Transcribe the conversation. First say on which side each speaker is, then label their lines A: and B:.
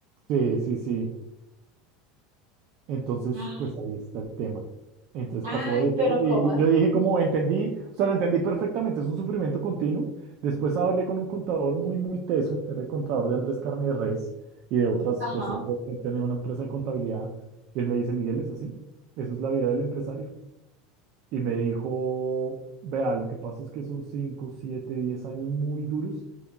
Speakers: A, on the right; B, on the right.
A: Sí, sí, sí. Entonces,
B: <gasps>
A: pues
B: Ah,
A: ahí está el tema. Entonces
B: Ay,
A: pasó eso
B: pero ¿cómo?
A: y
B: es?
A: yo dije como entendí, o sea, lo entendí perfectamente, es un sufrimiento continuo. Después hablé con un contador muy, muy teso, que era el contador de Andrés Carne de Res y de otras,
B: Ajá,
A: pues otras, él tenía una empresa de contabilidad y él me dice, Miguel, es así, esa es la vida del empresario. Y me dijo, vea, lo que pasa es que son 5 7 10 años muy duros